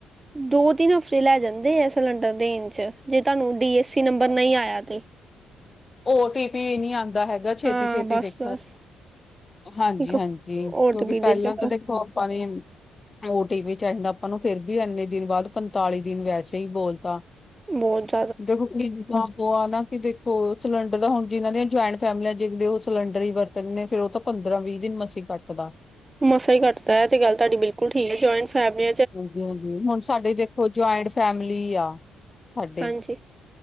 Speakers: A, on the right; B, on the left.
A: ਦੋ ਤਿੰਨ ਹਫਤੇ ਲੈ ਜਾਂਦੇ ਆ ਸਿਲੰਡਰ ਦੇ ਣ ਚ ਜੇ ਤੁਹਾਨੂੰ ਡੀ ਐੱਸ ਸੀ ਨੰਬਰ ਨਹੀਂ ਆਇਆ ਤਾਂ
B: ਉਹ ਤੇ ਵੀ ਨੀ ਆਉਂਦਾ ਹੈਗਾ ਛੇਤੀ
A: ਹਾਂ
B: ਛੇਤੀ
A: ਬਸ
B: ਦੇਖ
A: ਬਸ
B: ਹਾਂਜੀ
A: ਇੱਕ
B: ਹਾਂਜੀ
A: ਓ
B: ਕਿਉਂਕਿ
A: ਟੀ ਪੀ
B: ਪਹਿਲਾਂ
A: ਦੇ ਚੱਕਰ
B: ਤਾਂ ਦੇਖੋ ਆਪਾਂ ਨੇ ਓ ਟੀ ਵੀ ਚਾਹੀਦਾ ਆਪਾਂ ਨੂੰ ਫੇਿਰ ਵੀ ਇੰਨੇ ਦਿਨ ਬਾਅਦ ਪੰਤਾਲੀ ਦਿਨ ਵੈਸੇ ਹੀ ਬੋਲਤਾ
A: ਬਹੁਤ <unintelligible>
B: ਦੇਖੋ <unintelligible> ਆ ਨਾ ਕਿ ਦੇਖੋ ਸਿਲੰਡਰ ਹੁਣ ਜਿਨਾਂ ਦੀਆਂ ਜੁਆਇੰਟ ਫੈਮਿਲੀਆਂ ਜਿਲੇ ਉਹ ਸਿਲੰਡਰ ਹੀ ਵਰ ਤਿੰਨ ਨੇ ਫੇਿਰ ਉਹ ਤਾਂ ਪੰਦਰਾਂ ਵੀਹ ਦਿਨ ਮਸੀ ਕੱਟ ਦੱਸ
A: ਮਸਾਂ ਹੀ ਕਟਦਾ ਹੈ ਤੇ ਗ ਲ ਤੁਹਾਡੀ ਬਿਲਕੁਲ ਠੀਕ ਹੈ ਜਆਇੰਟ ਫੈਮਲੀ
B: ਹਾਂਜੀ ਹਾਂਜੀ ਹੁਣ ਸਾਡੇ ਦੇਖੋ ਜੁਆਇੰਟ ਫੈਮਿਲੀ ਆ ਸਾਡੇ
A: ਹਾਂਜੀ